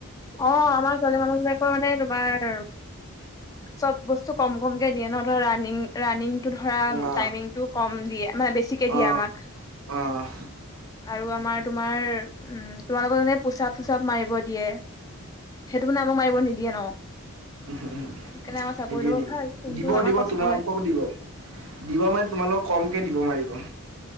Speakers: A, on the left; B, on the right.
A: অ' আমাৰ ছোৱালী মানুহ বিলাকৰ মানে তোমাৰ চব বস্তু কম, কমকে দিয়ে ন? ৰানিং ৰানিংটো ধৰা
B: অ
A: টাইমিং টো কম দিয়ে মানে বেছিকে দিয়ে
B: অ
A: আমাক
B: অ'
A: আৰু আমাৰ তোমাৰ, উম! তোমালোকৰ <unintelligible> পোশআপ-চোশআপ মাৰিব দিয়ে। সেইটো মানে আমাক মাৰিব নিদিয়ে ন?
B: <unintelligible>
A: সেইকাৰণে আমাৰ চাকৰি
B: নিদিয়ে-নিদিয়ে।
A: ল'ব ভাল কিন্তু
B: দিব-দিব,
A: আমাৰ কষ্ট
B: তোমালোকৰো
A: হয়
B: দিব। দিব মানে, তোমালোকৰ কমকে দিব মাৰিব।